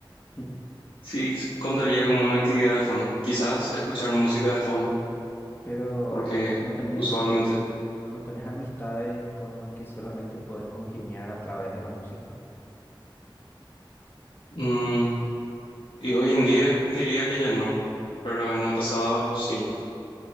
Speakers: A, on the left; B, on the left.
A: <laughs>
B: si contaría como una actividad de fondo. Quizás escuchar música de fondo,
A: Pero
B: porque
A: no tenés,
B: usualmente.
A: no tenés amistades con los que solamente podés congeniar a través de la música.
B: Mm, y hoy en día diría que ya no, pero en el pasado sí.